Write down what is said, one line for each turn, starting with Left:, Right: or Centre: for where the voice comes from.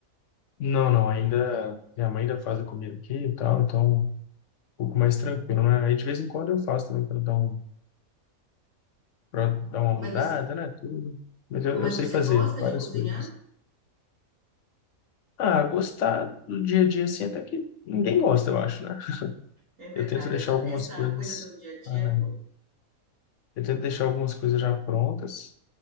Left: Não, não, ainda minha mãe ainda faz a comida aqui e tal, então um pouco mais tranquilo, né? Aí de vez em quando eu faço também para dar um, para dar uma
Right: Mas
Left: mudada,
Right: você,
Left: né, tudo. Mas
Right: mas
Left: eu, eu sei
Right: você
Left: fazer
Right: gosta
Left: várias
Right: de cozinhar?
Left: coisas. Ah, gostar do dia a dia assim até que ninguém gosta, eu acho, né?
Right: É verdade,
Left: Eu tento deixar
Right: essa,
Left: algumas
Right: essa
Left: coisas,
Right: coisa do dia a dia
Left: ah,
Right: é dura.
Left: eu tento deixar algumas coisas já prontas